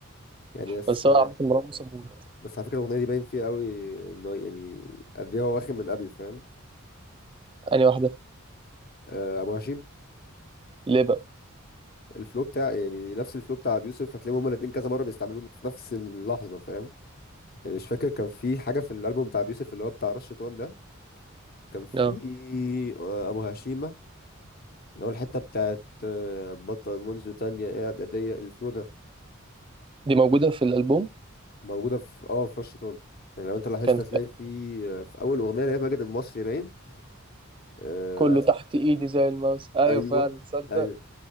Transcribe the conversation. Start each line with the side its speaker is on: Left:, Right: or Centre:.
Left: يعني بس
Right: بس هو عامة مروان موسى موجود
Left: بس على فكره الاغنيه دي باين فيها قوي انه يعني قد ايه هو واخد من ابي فاهم
Right: انهي واحدة
Left: آه، ابو هشيم
Right: ليه بقى
Left: الفلو بتاع يعني نفس الفلو بتاع ابي يوسف هتلاقيهم هما الاثنين كذا مره بيستعملوه في نفس اللحظه فاهم يعني مش فاكر كان في حاجه في الالبوم بتاع ابي يوسف اللي هو بتاع رشة وان ده كان في
Right: اه
Left: آه، ابو هشيمه اللي هو الحته بتاعت آه، بطل منذ تانية قاعد اضيق الفلو ده
Right: دي موجودة في الألبوم
Left: موجوده في اه في رشة وان يعني لو انت لاحظت
Right: كان
Left: هتلاقي
Right: في-
Left: في آه، في اول اغنيه اللي هي ماجد المصري باين آه،
Right: كله
Left: هتل...
Right: تحت ايدي زي الماوس ايوه
Left: ايوه
Right: فعلا تصدق
Left: ايوه